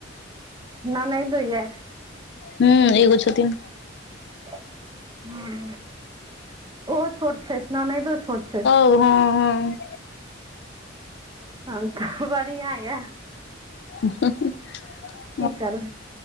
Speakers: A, on the right (about 20°); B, on the left (about 60°).
A: ननैदो ये
B: हूॅं एगो छथिन
A: हाॅं - ओहो छोट छैथ ननैदो छोट छैथ
B: हू हँ
A: तहन तऽ बढ़िआ यऽ
B: <unintelligible>
A: कि करबै?